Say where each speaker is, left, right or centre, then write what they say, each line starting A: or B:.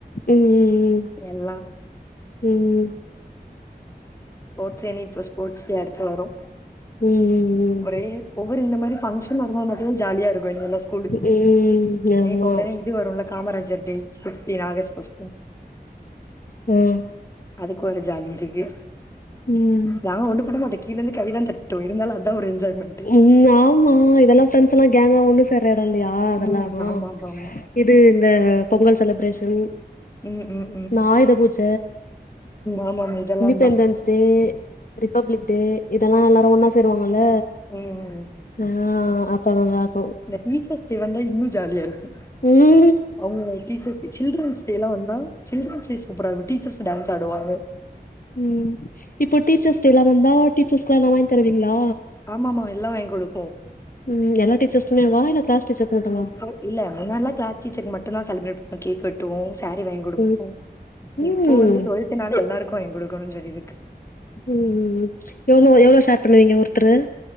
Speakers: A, on the left; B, on the left.
A: ம்
B: எல்லா
A: ம்
B: ஸ்போட்ஸ் டேன்னு இப்போ ஸ்போர்ட்ஸ் டே அடுத்து வரு
A: ம்
B: ஒரே ஒவ்வொரு இந்த மாரி பங்க்ஷன் வரும்போது மட்டு தா ஜாலியாருக்கு <inaudible>
A: ம் ம் ஆமா
B: ஏ இப்ப உடனே இது வருல காமராஜர் டே ஃபிஃப்டீன் ஆகஸ்ட் ஃபிஃப்
A: ம்
B: அதுக்கு ஒரு ஜாலி இருக்கு
A: ம்
B: நாங்க ஒன்னு பண்ண மாட்ட கீழ இருந் கை தா தட்டுவே இருந்தாலு அதா ஒரு என்ஜாய்மெண்ட்
A: ம் ஆமா இதெல்லா ஃபிரண்ட்ஸ் எல்லா கேங்கா ஒன்னு சேர எடோ இல்லையா அதெல்லாவு
B: ம். ஆமாமாமா.
A: இது இந்த பொங்கல் செலப்ரேஷன்
B: ம், ம்,
A: ஆயுத பூஜ
B: ஆமாம் இதெல்லாம்
A: பெண்டன்ஸ்
B: தான்.
A: டே ரிப்பப்ளிக் டே இதெல்லா எல்லாரு ஒன்னா சேருவாங்கல்ல
B: ம் ம்
A: ஆ அப்ப நால்லா
B: இந்த <unintelligible> டே வந்தா இன்னு ஜாலியாருக்கு
A: ம்
B: அவுங்க ங்க டீச்சர்ஸ் சில்ட்ரன்ஸ் டேலா வந்தா சில்ட்ரன்ஸ் டே சூப்பராருக்கு டீச்சர்ஸ் டான்ஸ் ஆடுவாங்க
A: ம் இப்போ டீச்சர்ஸ் டேலா வந்தா டீச்சர்ஸ் க்குலா எல்லா வாங்கி தர்விங்ளா
B: ஆமாமா எல்லாம் வாங்கி குடுப்போம்.
A: ம் எல்லா டீச்சர்ஸ்க்குமே வா இல்ல கிளாஸ் டீச்சர் மட்டுமா
B: ஆமா இப்போ இல்ல முன்னாடிலா க்ளாஸ் டீச்சர்க்கு மட்டும்தா செலிப்ரேட் பண்ணி கேக் வெட் ட்டுவோ சாரீ வாங்கி குடுப்போ
A: ம் ம்
B: இப்போ வந்து டுவெல்த்னால எல்லாருக்கு வாங்கி குடுக்கணுனு சொல்லிருக்கு
A: ம் ம் ம் எவ்ளோ எவ்ளோ ஷேர் பண்ணுவிங்க ஒர்த்தரு